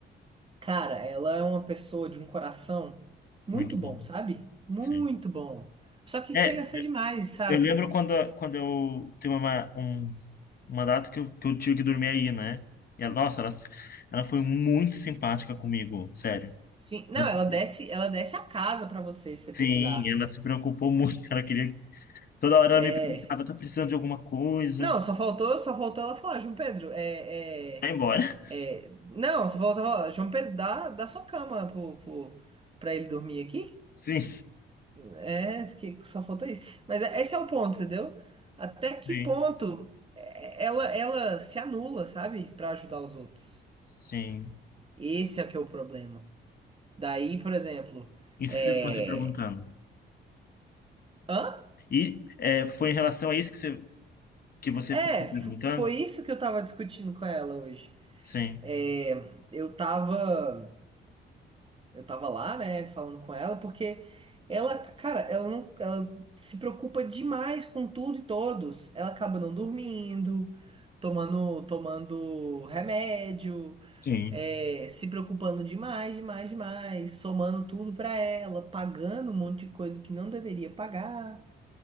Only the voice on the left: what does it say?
muito
bom.
Sim.
É,
eu,
eu lembro quando, quando eu tem uma, um- uma data que eu, que eu tive que dormir aí, né? E ela, nossa, ela, ela foi muito simpática comigo, sério.
Ela se-
Sim,
ela se preocupou <laughs> muito. Ela queria. Toda hora
ela me perguntava, tá precisando de alguma coisa?
Vai embora.
<laughs>
Sim,
sim,
sim.
Isso
que você ficou se perguntando.
E é, foi em relação a isso que você, que você
ficou se perguntando?
Sim,
sim.